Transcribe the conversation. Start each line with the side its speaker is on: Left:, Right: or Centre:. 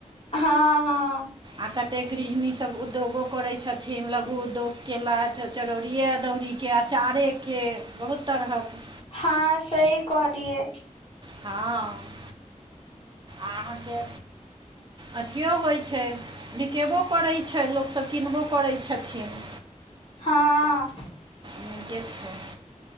Left: हँ हँ।
Right: आ कते गृहिणी सब उद्यो गो करै छथिन, लघु उद्योग केलथ चरौड़िये, अदौड़ी। के अँचारेके बहुत तरहक।
Left: हाॅं सही कहलियैं।
Right: हाॅं ‌ अहाँके। अथियों होइ छै बिकेबों करै छैं लोकसभ किनबो करैत छथिन।
Left: हँ।
Right: नीके छैं,